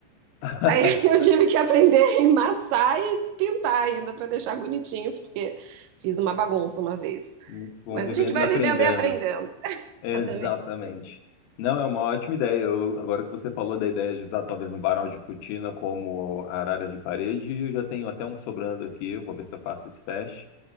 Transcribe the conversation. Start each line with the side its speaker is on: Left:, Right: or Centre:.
Left: <laughs>
Right: Aí <laughs> eu tive que aprender a emassar e pintar ainda para deixar bonitinho, porque fiz uma bagunça uma vez.
Left: Muito bom,
Right: Mas
Left: vivendo
Right: a gente vai
Left: e aprendendo.
Right: vivendo e aprendendo. <laughs>
Left: Exatamente.
Right: Exatamente.
Left: Não, é uma ótima ideia. Eu- agora que você falou da ideia de usar talvez um varal de cortina como a arara de parede, eu já tenho até um sobrando aqui. Eu vou ver se eu faço esse teste.